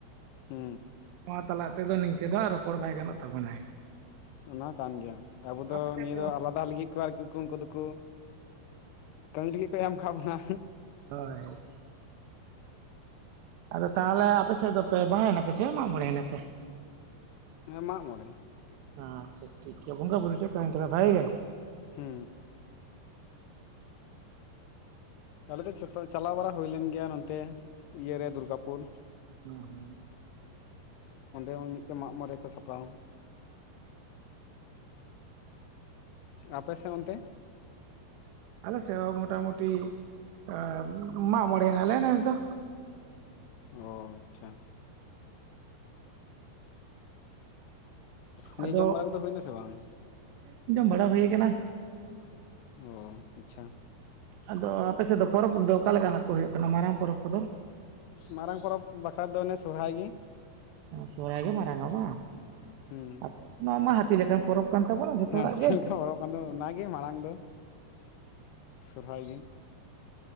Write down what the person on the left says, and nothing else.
ᱦᱩ
ᱚᱱᱟ ᱠᱟᱱ ᱜᱮᱭᱟ ᱟᱵᱚ ᱫᱚ
ᱱᱤᱭᱟᱹ ᱫᱚ ᱟᱞᱟᱫᱟ ᱞᱟᱹᱜᱤᱫ ᱠᱚ ᱟᱨᱠᱤ ᱩᱱᱠᱩ ᱫᱚᱠᱚ ᱠᱟᱹᱢᱤ ᱞᱟᱹᱜᱤᱫ ᱠᱚ ᱮᱢ ᱠᱟᱫ ᱵᱚᱱᱟ᱾
ᱦᱮᱸ ᱢᱟᱜ ᱢᱚᱬᱮ
ᱦᱩ <inaudible> ᱫᱚ ᱪᱟᱞᱟᱣ ᱵᱟᱲᱟ ᱦᱩᱭ ᱞᱮᱱ ᱜᱮᱭᱟ ᱱᱚᱱᱛᱮ ᱤᱭᱟ
ᱨᱮ ᱫᱩᱨᱹᱜᱟᱯᱩᱨ
ᱚᱸᱰᱮ ᱦᱚᱸ ᱢᱤᱫᱴᱮᱱ ᱢᱟᱜ ᱢᱚᱬᱮ ᱠᱚ ᱥᱟᱯᱲᱟᱣᱟ ᱟᱯᱮ ᱥᱮᱫ ᱚᱱᱛᱮ?
ᱚ ᱟᱪᱪᱷᱟ
ᱱᱤᱭᱟᱹ ᱡᱚᱢ ᱵᱟᱲᱟ ᱠᱚᱫᱚ ᱦᱩᱭ ᱱᱟᱥᱮ ᱵᱟᱝ?
ᱚ ᱟᱪᱪᱷᱟ
ᱢᱟᱨᱟᱝ ᱯᱚᱨᱚᱵᱽ ᱵᱟᱠᱷᱨᱟ ᱫᱚ ᱚᱱᱮ ᱥᱚᱦᱟᱹᱨᱟᱭ ᱜᱮ
ᱦᱮᱸ
ᱦᱮᱸ
ᱪᱮᱫ
ᱞᱮᱠᱟ ᱦᱚᱨᱚᱵᱽ ᱟᱸᱫᱚ ᱚᱱᱟᱜᱮ ᱢᱟᱲᱟᱝ ᱫᱚ ᱥᱚᱨᱦᱟᱭ ᱜᱮ